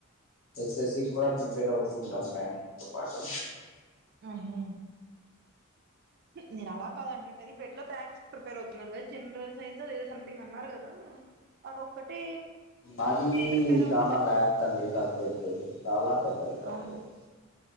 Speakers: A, on the left; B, on the right.
A: ఎస్ఎస్సి కూడా ప్రిపేర్ అవుతూ ఉంటారు బ్యాంకింగ్ తో పాటు
B: ఆహా నేను అలా కాద అంటండి అది బ ఇట్లా బ్యాంక్స్ ప్రిపేర్ అవుతున్నారు కదా జనరల్ సైన్స్ ఎదో సంథింగ్ అన్నారు కదా అదొక్కటి
A: అది మీ
B: ప్రిపేర్ అవుతే
A: చాలా
B: సరిపోద్ది
A: బ్యాస్ట్ అండి సబ్జెక్ట్ చాలా పెద్దది సబ్జెక్ట్
B: అవును